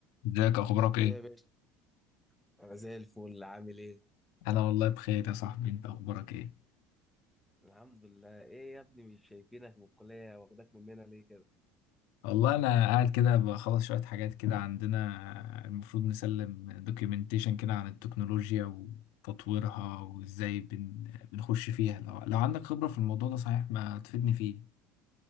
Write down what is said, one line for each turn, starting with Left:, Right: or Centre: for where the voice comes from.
Left: ازيك اخبارك ايه
Centre: ايه يا باشا انا زي الفل عامل ايه
Left: انا والله بخير يا صاحبي انت اخبارك ايه
Centre: الحمد لله ايه يا ابني مش شايفينك من الكليه واخداك مننا ليه كده
Left: والله انا قاعد كده بخلص شويه حاجات كده عندنا المفروض نسلم دوكيومنتيشن كده عن التكنولوجيا وتطويرها وازاي بن... بنخش فيها لو... لو عندك خبره في الموضوع ده صحيح ما تفيدني فيه